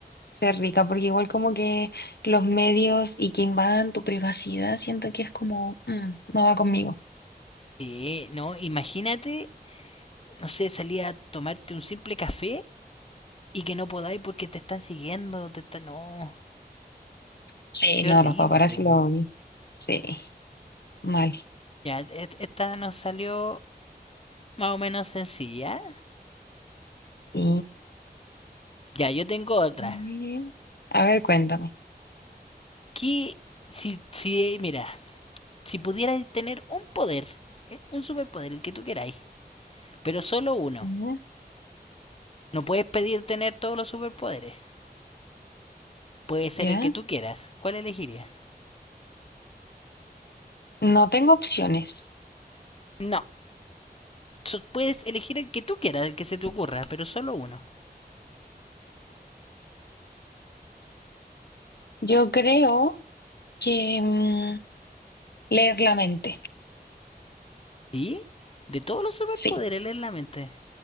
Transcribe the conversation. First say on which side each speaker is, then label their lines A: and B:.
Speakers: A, on the left; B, on the left.
A: ser rica, porque igual como que los medios y que invadan tu privacidad, siento que es como, mm, no va conmigo.
B: Sí, no, imagínate, no sé, salir a tomarte un simple café y que no podáis porque te están siguiendo, te están... No,
A: Sí,
B: qué
A: no,
B: horrible.
A: los paparazzi lo odian. Sí, mal.
B: Ya, et- esta nos salió más o menos sencilla.
A: Sí,
B: Ya, yo tengo otra.
A: muy bien. A ver, cuéntame.
B: ¿Qué, si, si, mira, si pudieras tener un poder, eh, un superpoder, el que tú queráis, pero solo uno,
A: Ya,
B: no puedes pedir tener todos los superpoderes. Puede ser
A: ya.
B: el que tú quieras. ¿Cuál elegirías?
A: No tengo opciones.
B: No, so- puedes elegir el que tú quieras, el que se te ocurra, pero solo uno.
A: Yo creo que mm, leer la mente.
B: ¿Sí? De todos los superpoderes
A: Sí,
B: leer la mente.